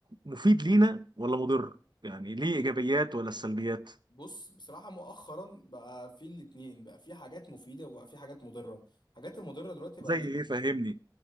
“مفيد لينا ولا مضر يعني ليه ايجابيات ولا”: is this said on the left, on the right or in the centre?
Right